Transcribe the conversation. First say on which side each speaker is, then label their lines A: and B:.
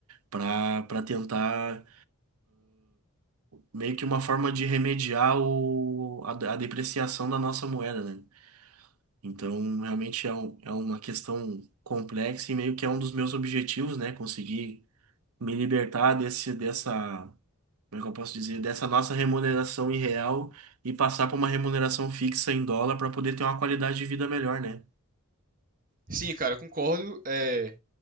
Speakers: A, on the right; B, on the right.
A: Para para tentar meio que uma forma de remediar o, a, a depreciação da nossa moeda, né? Então, realmente é, um, é uma questão complexa e meio que é um dos meus objetivos, né? Conseguir me libertar desse, dessa, como é que eu posso dizer, dessa nossa remuneração irreal e passar para uma remuneração fixa em dólar para poder ter uma qualidade de vida melhor, né?
B: Sim, cara, eu concordo. É,